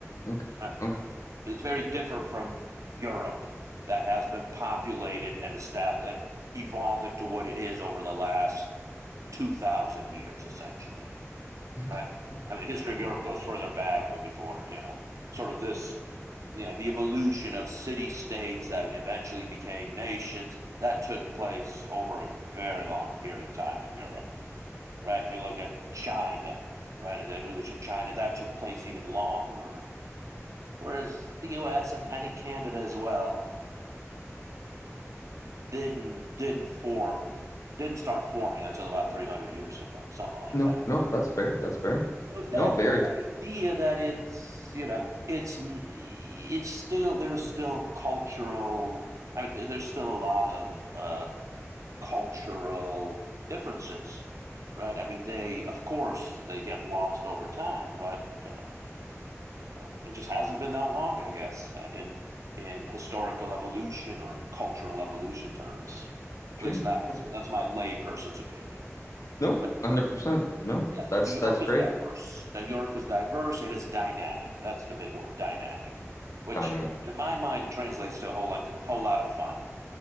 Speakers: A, on the left; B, on the right.
A: Okay.
B: right?
A: Okay.
B: It's very different from Europe that has been populated and established and evolved into what it is over the last 2,000 years, essentially,
A: Okay.
B: right?
A: Okay.
B: I mean, the history
A: Wow.
B: of Europe goes further back when before, you know, sort of this, you know, the evolution of city states that eventually became nations that took place over a very long period of time in Europe, right? If you look at China, right, and the evolution of China, that took place even longer, whereas the U.S. and I think Canada as well didn't didn't form didn't start forming until about 300 years ago, something like
A: No,
B: that.
A: no, that's fair. That's fair.
B: So that
A: No, very
B: that idea that it's you know it's it's still there's still cultural I mean, there's still a lot of uh, cultural differences, right? I mean, they of course they get lost over time, but uh, Well, it just hasn't been that long, I guess, uh, in in historical evolution or cultural evolution terms. At
A: sure,
B: least that's
A: sure.
B: that's my layperson's opinion.
A: No, 100%.
B: But
A: No,
B: yes,
A: that's
B: New
A: that's
B: York
A: great.
B: is diverse. New York is diverse. It is dynamic. That's the big word, dynamic, which
A: Dynamic.
B: in my mind it translates to a whole lot, a whole lot of fun.